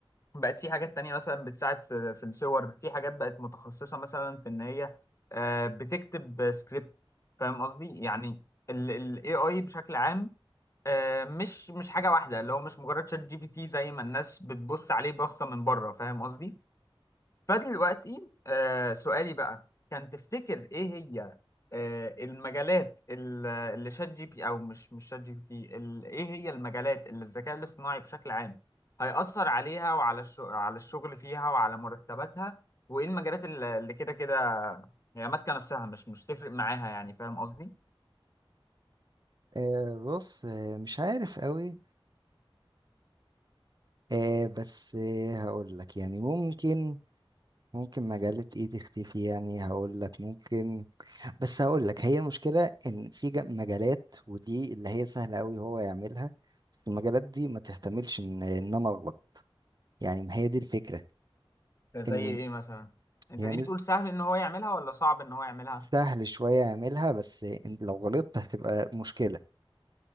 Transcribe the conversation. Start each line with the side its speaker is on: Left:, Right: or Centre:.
Left: بقت في حاجات تانية مثلا بتساعد في في الصور في حاجات بقت متخصصة مثلا في إن هي آه، بتكتب سكريبت فاهم قصدي يعني ال ال AI بشكل عام آه، مش مش حاجة واحدة اللي هو مش مجرد شات جي بي تي زي ما الناس بتبص عليه بصة من بره فاهم قصدي فدلوقتي آه سؤالي بقى كان تفتكر ايه هي آه المجالات ال- اللي شات جي بي او مش مش شات جي بي تي ال- ايه هي المجالات اللي الذكاء الاصطناعي بشكل عام هيأثر عليها وعلى الش- على الشغل فيها وعلى مرتباتها وايه المجالات اللي اللي كده كده هي ماسكة نفسها مش مش تفرق معاها يعني فاهم قصدي
Right: آه بص آه مش عارف قوي آه بس آه هقول لك يعني ممكن ممكن مجلة ايه تختفي يعني هقول لك ممكن بس هقول لك هي المشكلة ان في ج- مجالات ودي اللي هي سهلة قوي هو يعملها المجالات دي ما تحتملش ان ان انا اغلط يعني ما هي دي الفكرة
Left: زي
Right: ان
Left: ايه مثلا انت
Right: يعني
Left: دي بتقول سهل ان هو يعملها ولا صعب ان هو يعملها
Right: سهل شوية يعملها بس إن لو غلطت هتبقى مشكلة